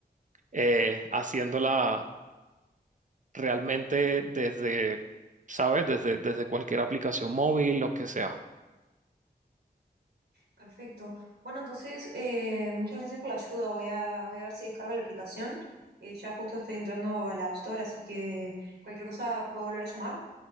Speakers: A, on the right; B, on the right.
A: eh, haciéndola realmente desde, ¿sabes? Desde, desde cualquier aplicación móvil, lo que sea.
B: perfecto. Bueno, entonces, eh, muchas gracias por la ayuda. Voy a, voy a ver si descargo la aplicación. Eh, ya justo estoy entrando a la App Store, así que cualquier cosa puedo volver a llamar.